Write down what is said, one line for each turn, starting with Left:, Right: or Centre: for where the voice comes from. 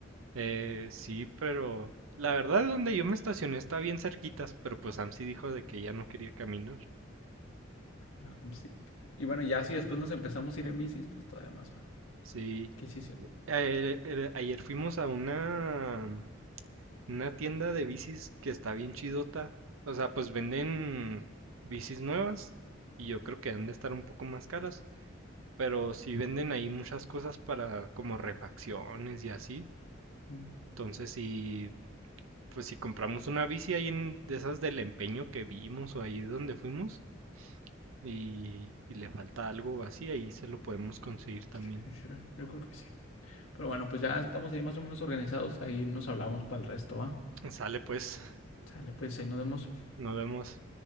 Right: Eh, sí, pero la verdad donde yo me estacioné está bien cerquitas, pero pues Sam sí dijo de que ya no quería caminar.
Left: Ah, mm, Sí. Y bueno, ya si después nos empezamos a ir en bicis, pues todavía más fácil.
Right: Sí.
Left: Que sí, sí.
Right: Ayer, eh, ayer fuimos a una, una tienda de bicis que está bien chidota. O sea, pues venden bicis nuevas y yo creo que han de estar un poco más caras. Pero sí venden ahí muchas cosas para como refacciones y así.
Left: Mm,
Right: Entonces, si, pues si compramos una bici ahí en, de esas del empeño que vimos o ahí donde fuimos y, y le falta algo así, ahí se lo podemos conseguir también.
Left: sí, sí, Yo creo que sí. Pero bueno, pues ya estamos ahí más o menos organizados. Ahí nos hablamos para el resto, ¿va?
Right: Sale pues,
Left: Sale, pues ahí nos vemos.
Right: nos vemos.